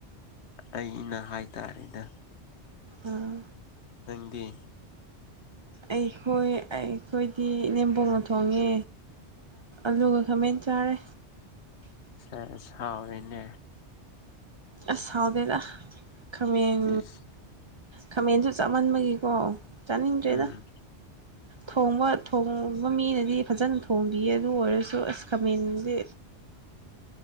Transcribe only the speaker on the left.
ꯑꯩꯅ ꯍꯥꯏꯇꯥꯔꯦꯅꯦ
ꯅꯪꯗꯤ
ꯁꯦ ꯆꯥꯎꯥꯎꯔꯤꯅꯦ
ꯏꯁ
ꯎꯝ